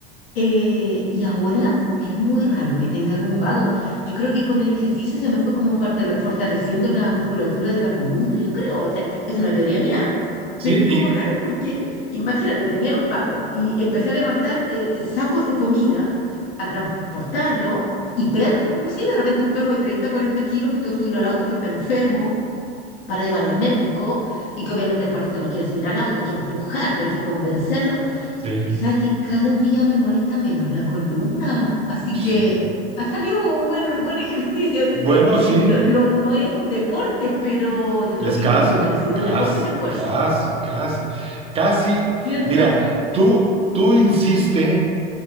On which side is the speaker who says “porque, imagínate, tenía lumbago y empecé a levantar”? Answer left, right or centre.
Left